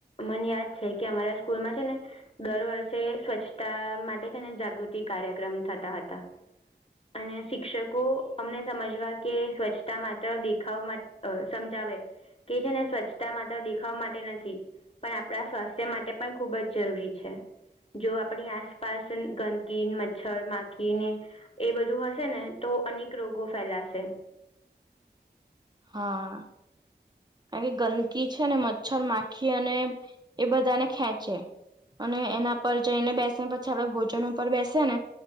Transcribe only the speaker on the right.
હા કારણ કે ગંદકી છે ને મચ્છર માખી અને એ બધાને ખેંચે અને એના પર જઈને બેસેને પછી આપડ ભોજન પર બેસે ને